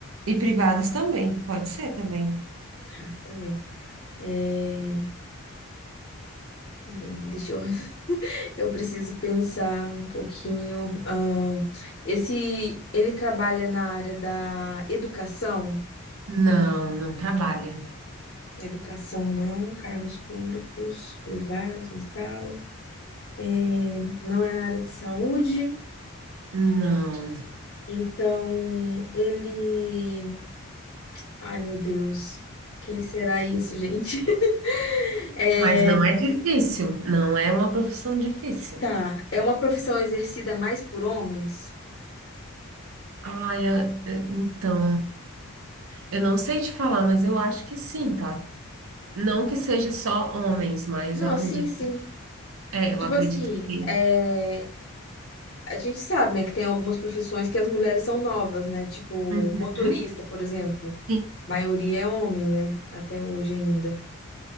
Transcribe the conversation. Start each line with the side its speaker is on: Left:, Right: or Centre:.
Right: E privados também, pode ser também.
Left: Tá, também. É, também. Deixa eu Eu preciso pensar um pouquinho. ah, esse, ele trabalha na área da educação?
Right: Não, não trabalha.
Left: Educação não, cargos públicos, privados e tal. É, não é na área de saúde.
Right: Não.
Left: Então, ele. Ai, meu Deus. Quem será isso, gente? <laughs> É,
Right: Mas não é difícil, não é uma profissão difícil.
Left: tá. É uma profissão exercida mais por homens?
Right: Ai, é- é- então, eu não sei te falar, mas eu acho que sim, tá? Não que seja só homens, mas
Left: Não,
Right: eu acredito,
Left: sim, sim.
Right: é, eu
Left: Tipo
Right: acredito
Left: assim,
Right: que.
Left: é. a gente sabe, né, que tem algumas profissões que as mulheres são novas, né? Tipo,
Right: Uhum,
Left: motorista, por exemplo.
Right: sim.
Left: A maioria é homem, né? Até hoje ainda.